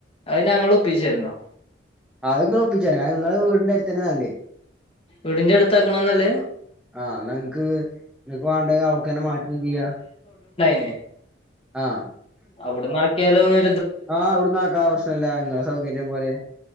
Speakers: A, on the left (about 30°); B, in the centre.
A: അത് ഞങ്ങൾ ഒപ്പിച്ചിത രണോ
B: ആങ്ങള് ഒപ്പിച്ചരണം നിങ്ങള വീടിന്റെ അടുത്തന്നെ നല്ലേ
A: വിടിന്റെ അടുത്ത ആക്കണനല്ലത്
B: ആഹ എന്ന നിങ്ങക്ക് നിങ്ങക്ക് വണ്ടങ്കിൽ അവിടക്ക് തന്നെ മാറ്റം ചെയ്യാ
A: ടെൻ
B: ആഹ്
A: അവിട് ന്ന് ആക്കിയാലോന്ന്
B: ആഹ് അവിടന്ന് ആക്കാ ആ പ്രശ്നല്ല നിങ്ങളെ സൗകര്യം പോലെ